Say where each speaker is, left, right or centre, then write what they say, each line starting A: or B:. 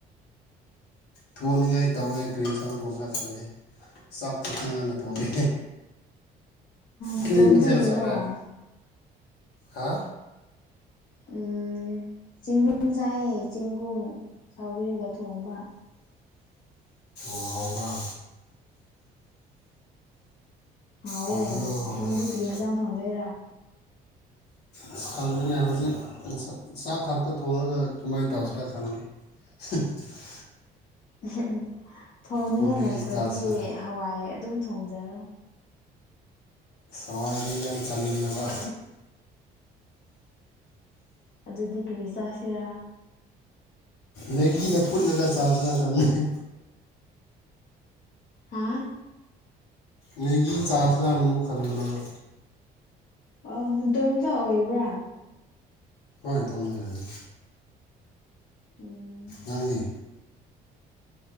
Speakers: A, on the left (about 75°); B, on the left (about 55°).
A: ꯊꯣꯛꯅꯤꯡꯉꯥꯏ ꯇꯧꯋꯦ ꯀꯔꯤ ꯏꯟꯖꯥꯡ ꯊꯣꯡꯁꯤꯔ ꯈꯪꯗꯦ ꯆꯥꯛ ꯈꯛꯇꯪ ꯉꯟꯅ ꯊꯣꯡꯉꯦ
B: ꯅꯇꯣꯝꯇꯒꯤꯔꯣ
A: ꯀꯔꯤ ꯃꯊꯦꯜ ꯆꯥꯔꯦ ꯍꯥ
B: ꯎꯝ ꯆꯦꯡꯒꯨꯝ ꯆꯥꯏꯌꯦ ꯆꯦꯡꯒꯨꯝ ꯁꯧꯒ꯭ꯔꯤꯒ ꯊꯣꯡꯕ
A: ꯑꯣ ꯍꯥꯎꯕ꯭ꯔꯥ
B: ꯍꯥꯎꯋꯦ
A: ꯍꯥꯎꯕ꯭ꯔꯣ ꯍꯥꯎꯕ꯭ꯔꯣ
B: ꯅꯪꯗꯤ
A: ꯑꯁ
B: ꯀ꯭ꯔꯤ ꯍꯤꯟꯖꯥꯡ ꯊꯣꯡꯗꯨꯏꯔꯥ
A: ꯑꯁ ꯈꯪꯗꯦꯅꯦ ꯍꯧꯖꯤꯛ ꯆꯥ ꯆꯥꯛ ꯈꯛꯇ ꯊꯣꯡꯔꯥꯒ ꯀꯃꯥꯏ ꯇꯧꯁꯤꯔꯥ ꯈꯪꯗꯦ <unintelligible>
B: ꯑꯍ ꯍ ꯊꯣꯡꯅꯤꯡꯉꯥꯏ
A: ꯀꯣꯕꯤ
B: ꯂꯩꯇ꯭ꯔꯗꯤ
A: ꯆꯥꯁꯤꯔ
B: ꯍꯋꯥꯏ ꯑꯗꯨꯝ ꯊꯣꯡꯖꯔꯣ
A: ꯑꯁ ꯍꯋꯥꯏꯗꯤ ꯌꯥꯝ ꯆꯥꯅꯤꯡꯗꯕ
B: ꯑꯗꯨꯗꯤ ꯀꯔꯤ ꯆꯥꯁꯤꯔꯥ
A: ꯃꯦꯒꯤꯅ ꯐꯨꯠꯂꯒ ꯆꯥꯁꯤꯔ ꯈꯜꯕꯅꯦ
B: ꯍꯥꯥ
A: ꯃꯦꯒꯤ ꯆꯥꯁꯤꯔꯅ ꯃꯨꯛ ꯈꯟꯕꯅꯦꯕ
B: ꯑꯧ ꯗꯣꯝꯇ ꯑꯣꯏꯕ꯭ꯔꯥ
A: ꯍꯣꯏ ꯢꯇꯣꯝꯗ ꯂꯩꯌꯦ
B: ꯎꯝ
A: ꯅꯪꯗꯤ